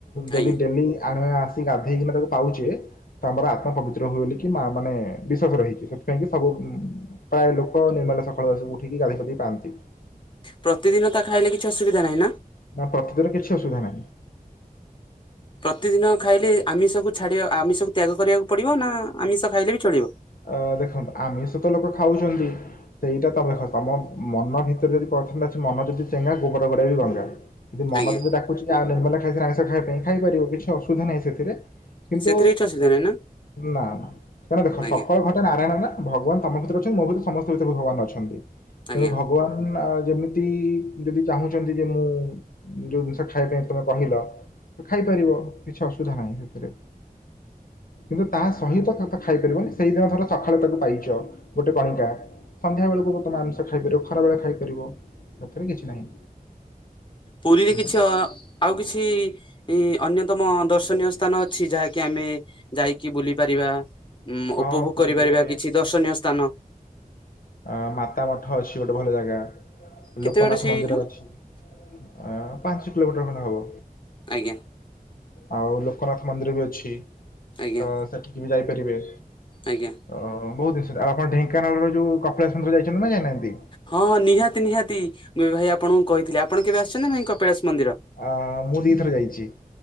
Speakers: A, on the left; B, on the left.
A: ଯଦି
B: ଆଜ୍ଞା
A: ଡେଲି ଆଣୁେ ଆସିକି ଗଧେଇକନା ତାକୁ ପାଉଛେ ତ ଆମର ଆତ୍ମା ପବିତ୍ର ହୁଏ ବୋଲି କି ମା ମାନେ ବିଶ୍ଵାସ ରହିଛି। ସେଥିପାଇଁ କି ସବୁ ପ୍ରାୟ ଲୋକ ନିର୍ମାଲ୍ୟ ସକାଳୁ ଆସି ଉଠିକି ଗାଧେଇ ପାଆନ୍ତି।
B: ପ୍ରତିଦିନ ତା ଖାଇଲେ କିଛି ଅସୁବିଧା ନାହିଁ ନା?
A: ନା ପ୍ରତିଦିନ କିଛି ଅସୁବିଧା ନାହିଁ।
B: ପ୍ରତିଦିନ ଖାଇଲେ ଆମିଷକୁ ଛାଡ଼ିବା ଆମିଷକୁ ତ୍ୟାଗ କରିବାକୁ ପଡ଼ିବ ନା ଆମିଷ ଖାଇଲେ ବି ଚଳିବ।
A: ଅ ଦେଖନ୍ତୁ ଆମିଷତ ଲୋକ ଖାଉଛନ୍ତି। ସେଇଟା ତମେ ଦେଖ ତମ ମନ ଭିତରେ ଯଦି <unintelligible> ମନ ଯଦି ଚେଙ୍ଗା ଗୋବର ଗାଡ଼ିଆ ବି ଗଙ୍ଗା। ଯଦି ମନ
B: ଆଜ୍ଞା
A: ଯଦି ଡାକୁଛି ଆ ନିର୍ମାଲ୍ୟ ଖାଇସାରି ଆଇଁସ ଖାଇବା ପାଇଁ ଖାଇପାରିବ କି ଅସୁବିଧା ନାହିଁ ସେଥିରେ। କିନ୍ତୁ
B: ସେଥିରେ କିଛି ଅସୁବିଧା ନାହିଁ ନା
A: ନା ନା ଦେଖ
B: ଆଜ୍ଞା
A: ସ ଘଟେ ନାରାୟଣ ନା ଭଗବାନ ତମ ଭିତରେ ଅଛନ୍ତି ମୋ ଭିତରେ ସମସ୍ତେ ଭିତରେ ଭଗବାନ ଅଛନ୍ତି।
B: ଆଜ୍ଞା
A: ତେଣୁ ଭଗବାନ ଯେମିତି ତି ଯଦି ଚାହୁଁଛନ୍ତି ଯେ ମୁଁ ଯୋଉ ଜିନିଷ ଖାଇବା ପାଇଁ ତମେ କହିଲ। ତ ଖାଇପାରିବ କିଛି ଅସୁବିଧା ନାହିଁ ସେଥିରେ। କିନ୍ତୁ ତା ସହିତ ତ ଖାଇପାରିବନି। ସେଇଦିନ ଥର ସକାଳେ ତାକୁ ପାଇଛ ଗୋଟେ କଣିକା ସନ୍ଧ୍ୟା ବେଳକୁ ତମେ ଆଂମୀସ ଖାଇପାରିବ ଖରାବେଳେ ଖାଇପାରିବ ଏଥିରେ କିଛି ନାହିଁ।
B: ପୁରୀରେ
A: ହୁଁ
B: କିଛି ଅ ଆଉ କିଛି ଏ ଅନ୍ୟତମ ଦର୍ଶନୀୟ ସ୍ଥାନ ଅଛି ଯାହାକି ଆମେ ଯାଇକି ବୁଲି ପାରିବା? ଉଁ
A: ହଁ
B: ଉପଭୋଗ
A: ପୁରୀରେ
B: କରିପାରିବା କିଛି ଦର୍ଶନୀୟ ସ୍ଥାନ
A: ଅ ମାତା ମଠ ଅଛି ଗୋଟେ ଭଲ ଜାଗା
B: କେତେ
A: ଲୋକନାଥ
B: ବାଟ ସେଇଠୁ
A: ମନ୍ଦିର ଅଛି। ଅ ପାଞ୍ଚ କିଲୋମିଟର ଖଣ୍ଡେ ହବ।
B: ଆଜ୍ଞା।
A: ଆଉ ଲୋକନାଥ ମନ୍ଦିର ବି ଅଛି ତ
B: ଆଜ୍ଞା
A: ସେଠିକି ବି ଯାଇପାରିବେ।
B: ଆଜ୍ଞା।
A: ଅ ବହୁତ ଜିନିଷ ଆପଣ ଢେଙ୍କାନାଳର ଯୋଉ କପିଳାେଶ <unintelligible> ଯାଇଛନ୍ତି ନା ଯାଇନାହାନ୍ତି?
B: ହଁ ହଁ ନିହାତି ନିହାତି ଭାଇ ଆପଣଙ୍କୁ କହିଥିଲି ଆପଣ କେବେ ଆସିଛନ୍ତି ଭାଇ କପିଳାସ ମନ୍ଦିର?
A: ଆ ମୁଁ ଦିଇଥର ଯାଇଛି।